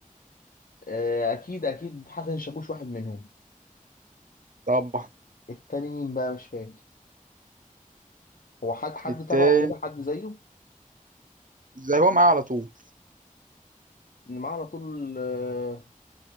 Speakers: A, on the left; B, on the right.
A: آه، اكيد اكيد حسن شاكوش واحد منهم
B: طبعا
A: التاني مين بقى مش فاكر هو حد حد
B: التاني
A: تبعه كده حد زيه
B: زي هو معاه على طول
A: اللي معاه على طول آه،